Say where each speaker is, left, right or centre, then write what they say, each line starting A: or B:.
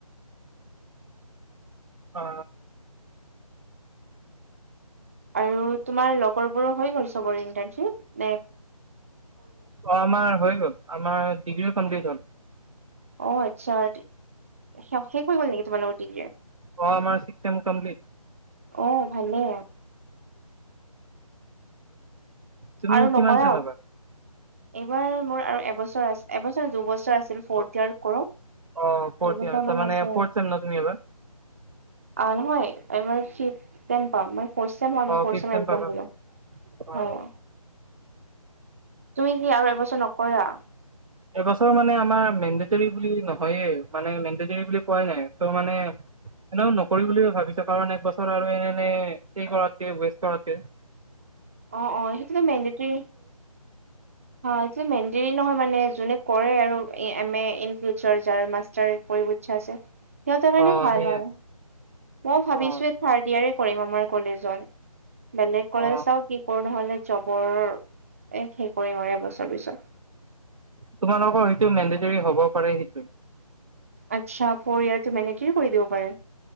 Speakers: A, on the right; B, on the right.
A: অ
B: আৰু তোমাৰ লগৰবোৰো হৈ গ'ল চবৰ ইণ্টাৰ্নশ্বিপ নে্
A: অ আমাৰ হৈ গল আমাৰ ডিগ্ৰীও কমপ্লিট হ'ল
B: অ আচ্ছা শেষ কৰি গ'ল নেকি তোমালোকৰ দিনৰে
A: অ আমাৰ ছিক ছেএম কম্প্লিট
B: অ ভালে
A: তুমি
B: আৰু নকৰা
A: কিমান চেম এইবাৰ?
B: এইবাৰ মোৰ আৰু এবছৰ আছে এবছৰ দুবছৰ আছিল ফৰ্থ
A: অ',
B: ইয়াৰ কৰো
A: অ' ফ'ৰ্থ
B: দুবছৰ
A: ইয়াৰ তাৰমানে
B: মান আছে
A: ফ'ৰ্থ চেম ন তুমি এইবাৰ?
B: অ নহয় এইবাৰ <unintelligible> পাম মই ফ'ৰ্চেম হয় আমি
A: অ',
B: ফ'ৰ্চে
A: ফিফ চেম
B: ম এক্সাম
A: পাবা
B: দিলোঁ
A: অ',
B: হয় তুমি কি আৰু এবছৰ নকৰা
A: এবছৰ মানে আমাৰ মেনডেটৰী বুলি নহয়ে মানে মেনডেৰী বুলি কোৱা নাই চ' মানে এনেকও নকৰিম বুলি ভাবিছো কাৰণ একবছৰ আৰু এনে এনে সি কৰাকে ৱেষ্ট কৰাকে <unintelligible>
B: অ অ সেইটোতো মেনডিটি এই মেণ্টেলি নহয় মানে যোনে কৰে আৰু এম এ ইনি যাৰ মাষ্টাৰ কৰিব ইচ্ছা আছে সিহঁতৰ কাৰণে
A: অ
B: ভাল
A: সেইয়াই
B: হয় মই ভাবিছো
A: অ
B: থাৰ্ড ইয়াৰে কৰিম আমাৰ কলেজত বেলেগ কলে
A: অ
B: চাও কি কৰো নহলে জবৰ এ হে কৰিম আৰু এবছৰ পিছত
A: তোমালোকৰ সেইটো মেনডেটৰী হব পাৰে সেইটো
B: আচ্ছা ফ'ৰ ইয়াৰ তটো মেনে কি কৰি দিব পাৰে